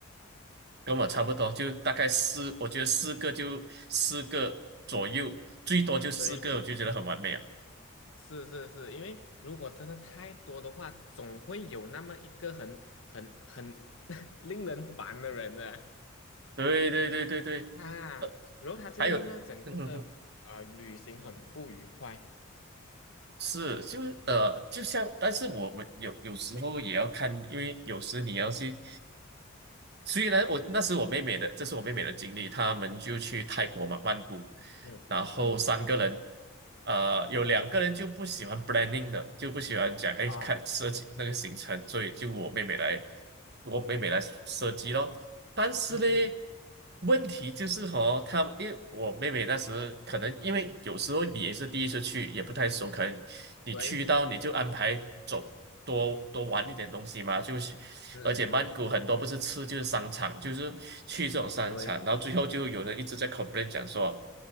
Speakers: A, on the right (about 50°); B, on the left (about 65°).
A: 跟我差不多，就大概四，我觉得四个就四个左右，最多就四个，
B: 对，
A: 我就觉得很完美啊！
B: 是是是，因为如果真的太多的话，总会有那么一个很很很 <laughs> 令人烦的人的
A: 对对对对对，
B: 嗯啊，
A: 呃，
B: 然后他就会弄到整个的呃旅行很不愉快。
A: 还有，嗯，嗯是，就是呃，就像，但是我们有有时候也要看，因为有时你要去。所以呢，我那时我妹妹的，这是我妹妹的经历。他们就去泰国嘛，
B: 嗯
A: 曼谷，
B: 嗯嗯
A: 然后三个人，呃，有两个人就不喜欢 b l a n d i n g 的，就不喜欢讲，哎，
B: 哦，
A: 看设计那个行程，所以就我妹妹来，我妹妹来设计咯。但是嘞。
B: 嗯嗯，
A: 问题就是和他们因为我妹妹那时可能因为有时候你也是第一次去，也不太熟，可能你去到你就安排走多多玩一点东西嘛，
B: 对，
A: 就是，
B: 是是，
A: 而且曼谷很多不是吃就是商场，就是去这种商场，
B: 对，
A: 然后最后就有人一直在 complain 讲说，